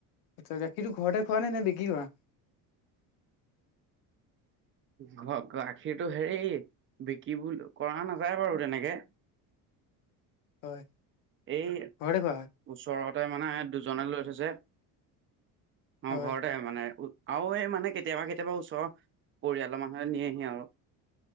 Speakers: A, on the left; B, on the right.
A: আচ্ছা গাখীৰটো ঘৰতে খোৱা নে বিক্ৰী কৰা?
B: ঘৰ, গাখীৰটো হেৰি বিক্ৰী কৰা নাযায় বাৰু তেনেকে।
A: হয়।
B: এই
A: ঘৰতে খোৱা হয়,
B: ওচৰতে মানে দুজনে লৈ থৈছে।
A: হয়
B: অ', ঘৰতে মানে উ আৰু এই মানে কেতিয়াবা কেতিয়াবা ওচৰৰ পৰিয়ালৰ মানুহে নিয়েহি আৰু।